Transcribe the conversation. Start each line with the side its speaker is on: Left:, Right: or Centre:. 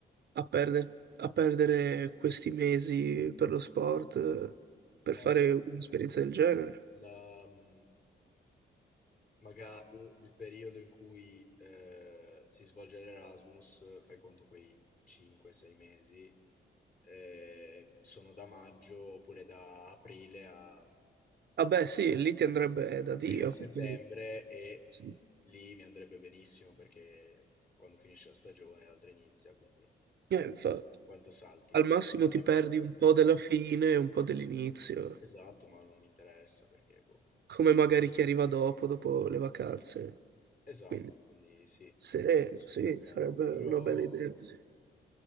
Right: a perder- a perdere questi mesi per lo sport eh, per
Left: Eh,
Right: fare un'esperienza del genere?
Left: la- mhmm, Magari il periodo in cui eh, si svolge l'Erasmus, fai conto quei 5-6 mesi, eh, sono da maggio oppure da aprile a,
Right: Vabbè, sì, lì ti andrebbe da
Left: aprile
Right: Dio,
Left: a settembre
Right: perché...
Left: e
Right: Sì.
Left: lì mi andrebbe benissimo perché quando finisce la stagione l'altra inizia, quindi
Right: Eh,
Left: sì,
Right: infatti.
Left: quanto salti?
Right: Al massimo
Left: 3-4
Right: ti perdi
Left: partite.
Right: un po' della fine e un po' dell'inizio,
Left: Esatto, ma non mi interessa perché, boh.
Right: come magari chi arriva dopo, dopo le vacanze.
Left: Esatto,
Right: Quindi
Left: quindi sì,
Right: sereno,
Left: non c'è nessun
Right: sì,
Left: problema.
Right: sarebbe
Left: Però
Right: una bella idea così.